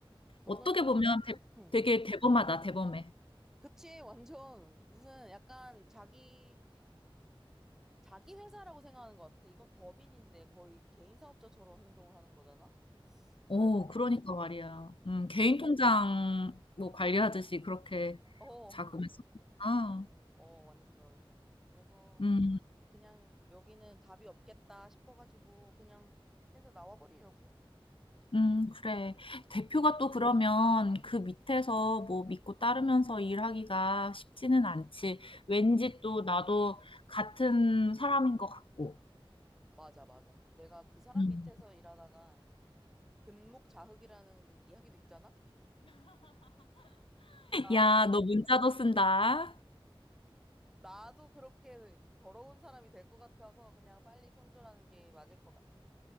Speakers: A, in the centre; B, on the left.
A: 너는
B: 어떻게
A: 좀
B: 보면 대-
A: 응.
B: 되게 대범하다, 대범해.
A: 그치 완전 무슨 약간 자기 자기 회사라고 생각하는 것 같아. 이건 법인인데 거의 개인 사업자처럼 행동을 하는 거잖아. 그래서
B: 어, 그러니까 말이야. 음, 개인 통장 뭐 관리하듯이 그렇게
A: 어,
B: 자금을 썼구나.
A: 어, 완전. 그래서
B: 음,
A: 그냥 여기는 답이 없겠다 싶어가지고 그냥 해서 나와버리려고.
B: 음, 그래. 대표가 또 그러면 그 밑에서 뭐 믿고 따르면서 일하기가 쉽지는 않지. 왠지 또 나도 같은 사람인 것 같고.
A: 맞아, 맞아. 내가 그 사람
B: 음.
A: 밑에서 일하다가 근묵자흑이라는 이야기도 있잖아? 나도,
B: 야, 너 문자도 쓴다.
A: 나도 그렇게 더러운 사람이 될 것 같아서 그냥 빨리 손절하는 게 맞을 것 같아.